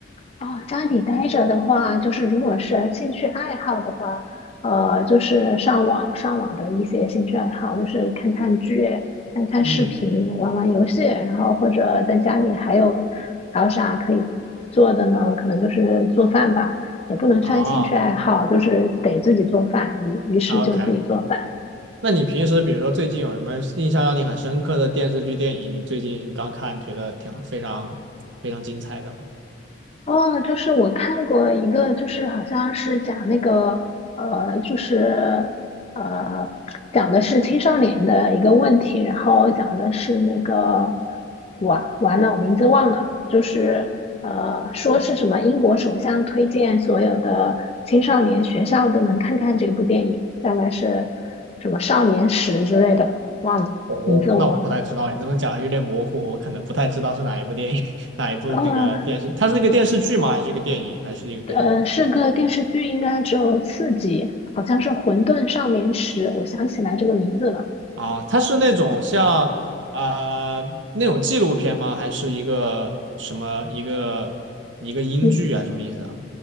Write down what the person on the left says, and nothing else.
哦，家里待着的话，就是如果是兴趣爱好的话，呃，就是上网上网的一些兴趣爱好，就是看看剧、看看视频、
玩玩游戏，然后或者在家里还有还有啥可以做的呢？可能就是做饭吧，也不能算兴趣爱好，
就是得自己做饭，于于是就自己做饭。
哦，就是我看过一个，就是好像是讲那个，呃，就是呃，讲的是青少年的一个问题，然后讲的是那个，完完了，我名字忘了，就是呃，说是什么英国首相推荐所有的青少年学校都能看看这部电影，大概是什么少年时之类的，忘了名字我忘了。
哦，
呃，是个电视剧，应该只有四集，好像是《混沌少年时》，我想起来这个名字了。
嗯，